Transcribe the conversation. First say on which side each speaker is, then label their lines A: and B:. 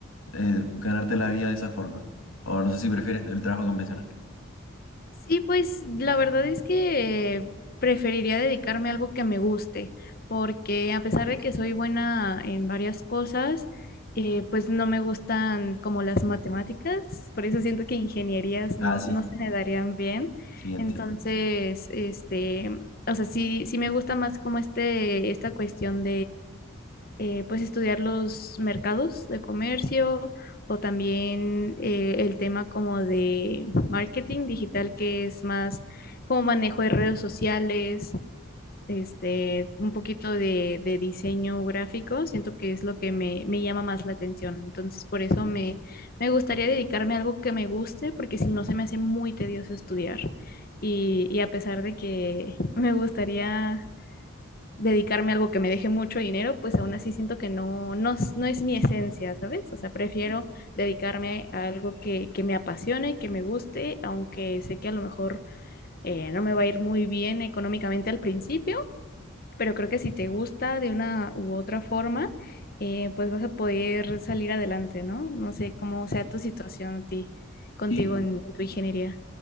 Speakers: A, on the left; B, on the left.
A: eh, ganarte la vida de esa forma. O no sé si prefieres el trabajo convencional.
B: Sí, pues la verdad es que preferiría dedicarme a algo que me guste, porque a pesar de que soy buena en varias cosas, eh, pues no me gustan como las matemáticas, por eso siento que ingenierías
A: Ah,
B: no,
A: sí,
B: no se me darían bien.
A: sí, entiendo.
B: Entonces, este, o sea, sí, sí me gusta más como este, esta cuestión eh, pues estudiar los mercados de comercio o también eh, el tema como de marketing digital, que es más como manejo de redes sociales, este, un poquito de, de diseño gráfico, siento que es lo que me, me llama más la atención. Entonces, por eso me, me gustaría dedicarme a algo que me guste, porque si no se me hace muy tedioso estudiar. Y, y a pesar de que <laughs> me gustaría dedicarme a algo que me deje mucho dinero, pues aún así siento que no, no, no es mi esencia, ¿sabes? O sea, prefiero
A: Sí.
B: dedicarme a algo que, que me apasione, que me guste, aunque sé que a lo mejor eh, no me va a ir muy bien económicamente al principio, pero creo que si te gusta de una u otra forma, eh, pues vas a poder salir adelante, ¿no? No sé cómo sea tu situación a ti, contigo
A: Sí,
B: en, en tu ingeniería.